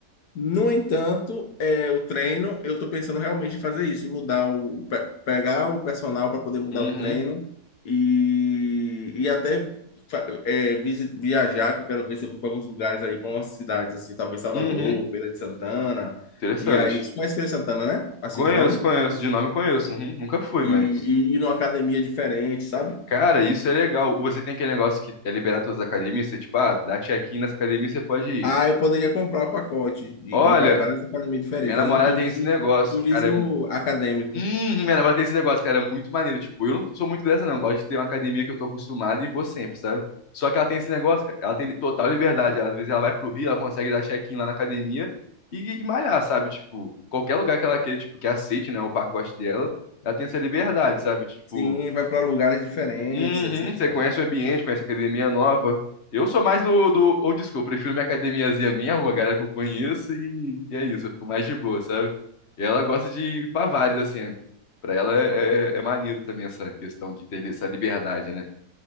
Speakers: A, on the left; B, on the left.
A: No entanto, é, o treino, eu estou pensando realmente em fazer isso, mudar o, pe- pegar o personal para poder mudar
B: Uhum,
A: o treino e, e até fa- é, visi- viajar, que eu quero ver se eu vou para alguns lugares aí, para umas cidades assim, talvez Salvador,
B: uhum.
A: Feira de Santana,
B: Interessante.
A: e aí, você conhece Feira de Santana, né? Assim
B: Conheço,
A: de nome?
B: conheço. De nome conheço. Uhum, Nunca fui,
A: E,
B: mas.
A: e ir numa academia diferente, sabe?
B: Cara, isso é legal. Você tem aquele negócio que é liberar todas as academias, você, tipo, ah, dá check-in nessa academia, você pode ir.
A: Ah, eu poderia comprar o pacote e
B: Olha,
A: ir para várias academias diferentes,
B: minha namorada
A: fazer um turismo,
B: tem esse negócio,
A: turismo
B: cara, é
A: acadêmico.
B: Hum, minha namorada tem esse negócio, cara, é muito maneiro. Tipo, eu não sou muito dessa, não. Eu Gosto de ter uma academia que eu tô acostumado e vou sempre, sabe? Só que ela tem esse negócio, cara, ela tem total liberdade. Às vezes ela vai pro Rio, ela consegue dar check-in lá na academia e, e malhar, sabe? Tipo, qualquer lugar que ela queira, tipo, que aceite, né, o pacote dela, ela tem essa liberdade, sabe? Tipo,
A: Sim, vai para lugares diferentes,
B: Uhum,
A: etc.
B: você
A: e tal.
B: conhece o ambiente, conhece a academia nova. Eu sou mais do, do old school, prefiro minha academiazinha minha, uma galera que eu conheço e, e é isso, eu fico mais de boa, sabe? E ela gosta de ir pra vários, assim. né? Pra ela é, é, é maneiro também essa questão de ter essa liberdade, né?